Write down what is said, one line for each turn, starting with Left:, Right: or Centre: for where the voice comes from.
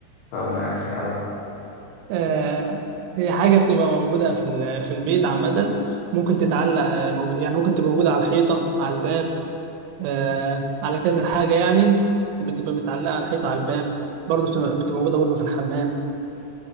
Left: طب ماشي يلا
Right: آه، هي حاجة بتبقى موجودة في ال- في البيت عامة ممكن تتعلق آه، موج- يعني ممكن تبقى موجودة على الحيطة على الباب آه، على كذا حاجة يعني بتبقى متعلقة على الحيطة على الباب برضه بتبقى بتبقى موجودة برضه في الحمام